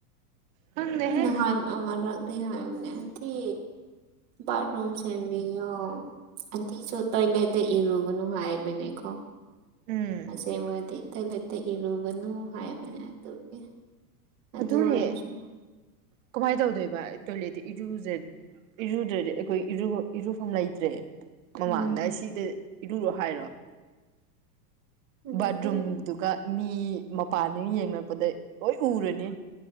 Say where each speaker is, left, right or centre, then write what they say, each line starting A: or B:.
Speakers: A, on the right; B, on the right.
A: ꯈꯪꯗꯦꯍꯦ
B: ꯅꯍꯥꯟ ꯑꯃꯔꯛ ꯇꯤ ꯍꯥꯏꯕꯅꯦ ꯎꯟꯇꯤ ꯕꯥꯠꯔꯨꯝ ꯁꯦꯝꯕꯤꯌꯣ ꯎꯟꯇꯤꯁꯨ ꯇꯣꯏꯂꯦꯠꯇ ꯏꯔꯨꯒꯅꯨ ꯍꯥꯏꯕꯅꯦꯀꯣ
A: ꯎꯝ
B: ꯑꯁꯦꯡꯕꯗꯤ ꯏꯊ ꯂꯩꯇ ꯏꯔꯨꯒꯅꯨ ꯍꯥꯏꯕꯅꯦ ꯑꯗꯨꯒꯤ ꯑꯗꯨ
A: ꯑꯗꯨꯅꯦ
B: ꯑꯣꯏꯔꯁꯨ
A: ꯀꯃꯥꯏ ꯇꯧꯗꯣꯏꯕ ꯇꯣꯏꯂꯦꯠꯇ ꯏꯔꯨꯖ ꯏꯔꯨꯗ꯭ꯔꯗꯤ ꯑꯩꯈꯣꯏ ꯏꯔꯨꯕ ꯏꯔꯨꯐꯝ ꯂꯩꯇ꯭ꯔꯦ ꯃꯃꯥꯡꯗ
B: ꯎꯝ
A: ꯁꯤꯗ ꯏꯔꯨꯔꯣ ꯍꯥꯏꯔꯣ꯫
B: ꯑꯗꯨꯒꯤ
A: ꯕꯥꯠꯔꯨꯝꯗꯨꯒ ꯃꯤ ꯃꯄꯥꯟꯩꯨ ꯌꯦꯡꯔꯛꯄꯗ ꯂꯣꯏ ꯎꯔꯅꯤ꯫